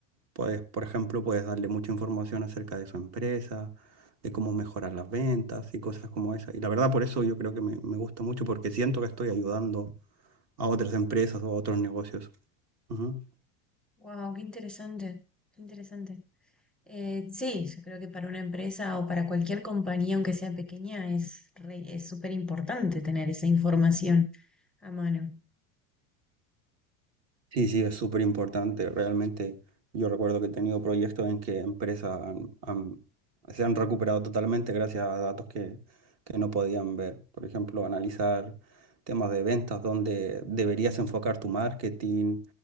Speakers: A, on the right; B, in the centre.
A: Puedes, por ejemplo, puedes darle mucha información acerca de su empresa, de cómo mejorar las ventas y cosas como esa. Y la verdad, por eso yo creo que me, me gusta mucho porque siento que estoy ayudando a otras empresas o a otros negocios. Ujú.
B: Wow, qué interesante, qué interesante. Eh, sí, yo creo que para una empresa o para cualquier compañía, aunque sea pequeña, es re- es súper importante tener esa información a mano.
A: Sí, sí, es súper importante. Realmente yo recuerdo que he tenido proyectos en que empresas han- han- se han recuperado totalmente gracias a datos que, que no podían ver. Por ejemplo, analizar temas de ventas, dónde deberías enfocar tu marketing,